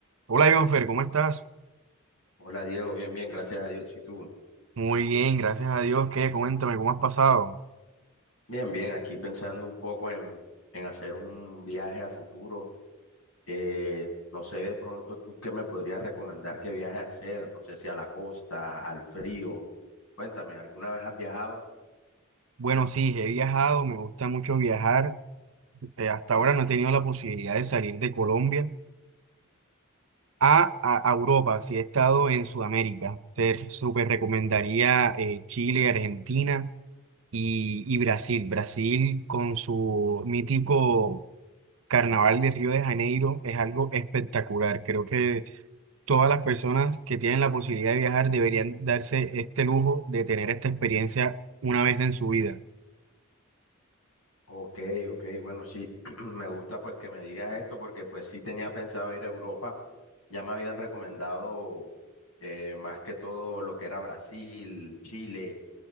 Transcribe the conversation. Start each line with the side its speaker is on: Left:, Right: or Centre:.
Right: Hola, Jonfer, ¿cómo estás?
Left: Hola Diego, bien, bien, gracias a Dios. ¿Y tú?
Right: Muy bien, gracias a Dios. ¿Qué? Coméntame, ¿cómo has pasado?
Left: Bien, bien, aquí pensando un poco en, en hacer un viaje a futuro. Eh, no sé de pronto tú qué me podrías recomendar que viaje a hacer, no sé si a la costa, al frío. Cuéntame, ¿alguna vez has viajado?
Right: Bueno, sí, he viajado, me gusta mucho viajar. Eh, hasta ahora no he tenido la posibilidad de salir de Colombia a, a- a Europa, sí he estado en Sudamérica. Te súper recomendaría eh, Chile, Argentina y, y Brasil. Brasil con su mítico Carnaval de Río de Janeiro es algo espectacular. Creo que todas las personas que tienen la posibilidad de viajar deberían darse este lujo de tener esta experiencia una vez en su vida.
Left: Ok, ok, bueno, sí, <clears throat> me gusta pues que me digas esto porque pues sí tenía pensado ir a Europa. Ya me habían recomendado eh, más que todo lo que era Brasil, Chile,